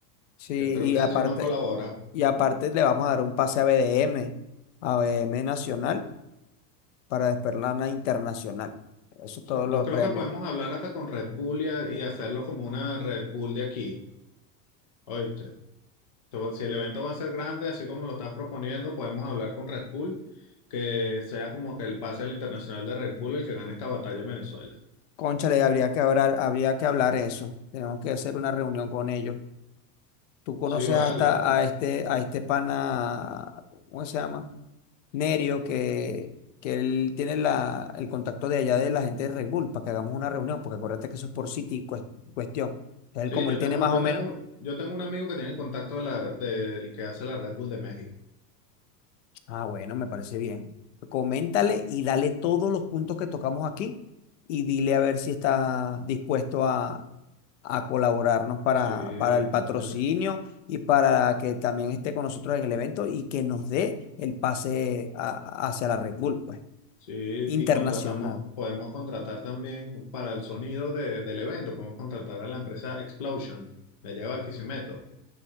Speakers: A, on the left (about 50°); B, on the left (about 25°).
A: Sí,
B: Yo creo
A: y
B: que
A: aparte,
B: sí nos colabora.
A: y aparte le vamos a dar un pase a BDM, a BDM Nacional, para Desperlana Internacional. Eso todos
B: Sí,
A: los
B: Yo creo
A: premios.
B: que podemos hablar hasta con Red Bull y, a- y hacerlo como una Red Bull de aquí. ¿Oíste? So, Si el evento va a ser grande, así como lo estás proponiendo, podemos hablar con Red Bull, que sea como que el pase al internacional de Red Bull el que gane esta batalla en Venezuela.
A: Cónchale, habría que hablar, habría que hablar eso. Tenemos que hacer una reunión con ellos. Tú conoces
B: Sí, vale.
A: a esta, a este, a este pana, ¿cómo se llama? Nerio, que, que él tiene la, el contacto de allá de la gente de Red Bull para que hagamos una reunión, porque acuérdate que eso es por City cues- cuestión. Entonces,
B: Sí,
A: él, como
B: yo
A: él
B: tengo,
A: tiene más
B: yo
A: o menos,
B: tengo, yo tengo un amigo que tiene el contacto de la, del que hace la Red Bull de México.
A: ah, bueno, me parece bien. Coméntale y dale todos los puntos que tocamos aquí y dile a ver si está dispuesto a, a colaborarnos para,
B: Sí,
A: para el patrocinio
B: vale.
A: y para que también esté con nosotros en el evento y que nos dé el pase a- hacia la Red Bull, pues,
B: Sí, y
A: internacional.
B: contratamos, podemos contratar también para el sonido de- del evento, podemos contratar a la empresa Explosion, de allá de Barquisimeto.